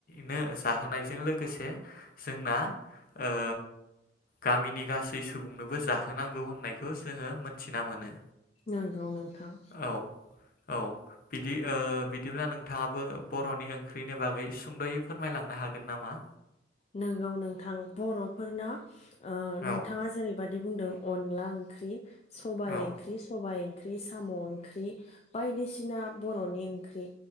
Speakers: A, on the left; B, on the left.
A: नो जाहोनायजों लोगोसे जोंना ओ गामिनि गासै सुबुंनोबो जाहोनांगौ होननायखौ जोङो मोनथिना मोनो।
B: नोंगौ नोंथां।
A: औ औ। बिदि ओ बिदिब्ला नोंथाङाबो बर'नि ओंख्रिनि बागै सुंद'यै फोरमायलांनो हागोन नामा?
B: नोंगौ नोंथां बर'फोरना ओ
A: औ
B: नोंथाङा जेरै बादि बुंदों अनला ओंख्रि सबाइ
A: औ
B: ओंख्रि सबाइ ओंख्रि साम' ओंख्रि बायदिसिना बर'नि ओंख्रि